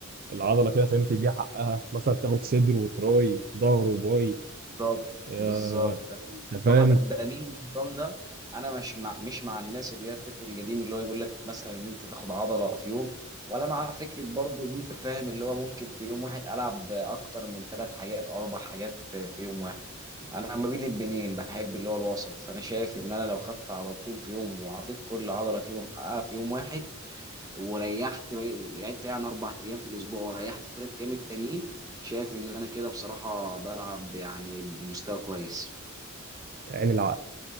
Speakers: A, on the right; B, on the right.
A: العضله كده فهمت دي حقها مثلا تاخد صدر وتراي ظهر وباي
B: بالظبط
A: آه،
B: بالظبط
A: انت فاهم
B: صراحه ب- بميل للنظام ده انا مش مع مش مع الناس اللي هي الفكر القديم اللي هو يقول لك مثلا ان انت تاخد عضله في يوم ولا مع فكره برضو ان انت فاهم اللي هو ممكن في يوم واحد العب اكتر من ثلاث حاجات او اربع حاجات في يوم واحد انا ما بين البنين بحب اللي هو الوسط فانا شايف ان انا لو خدت عضلتين في يوم وعطيت كل عضله فيهم حقها في يوم واحد وريحت لعبت يعني اربع ايام في الاسبوع وريحت الثلاث ايام التانيين شايف ان انا كده بصراحه بلعب يعني بمستوى كويس
A: عين العقل